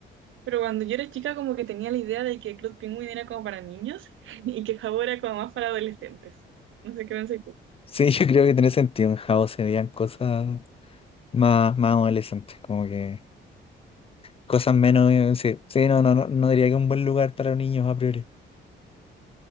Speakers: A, on the right; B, on the left.
A: pero cuando yo era chica como que tenía la idea de que Glock Penguin era como para niños <laughs> y que Jabo era como más para adolescentes. No sé qué pensé.
B: Sí, <laughs> yo creo que tiene sentido, en Jabo se veían cosas más, más adolescentes, como que cosas menos... eh, Sí, sí, no, no, no, no diría que es un buen lugar para niños a priori.